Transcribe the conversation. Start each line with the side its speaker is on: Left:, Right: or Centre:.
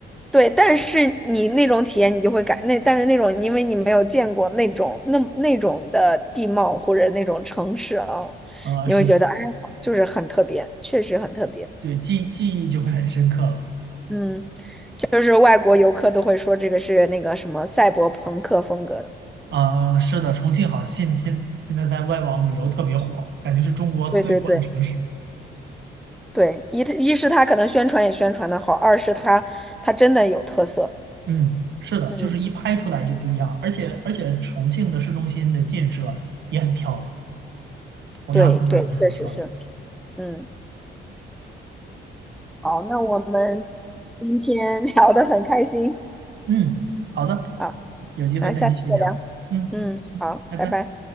Centre: 对，但是你那种体验你就会感那，但是那种因为你没有见过那种那那种的地貌或者那种城市啊，
Right: 呃，
Centre: 你会觉得哎呀，
Right: 是，
Centre: 就是很特别，确实很特别，
Right: 对，记记忆就会很深刻了。
Centre: 嗯，就是外国游客都会说这个是那个什么赛博朋克风格的。
Right: 啊、是的，重庆好，现现现在在外网旅游特别火，感觉是中国最火的城市。
Centre: 对对对对，一一是他可能宣传也宣传的好，二是他他真的有特色。
Right: 嗯，是的，
Centre: 嗯，
Right: 就是一拍出来就不一样，而且而且重庆的市中心的建设也很漂亮，洪崖洞那儿也很漂亮。
Centre: 对对，确实是。嗯，好，那我们今天 <laughs> 聊的很开心
Right: 嗯，好的，
Centre: 啊，
Right: 有机会再继续聊。
Centre: 那下次再聊。
Right: 嗯，
Centre: 嗯，
Right: 嗯拜拜。
Centre: 好，拜拜。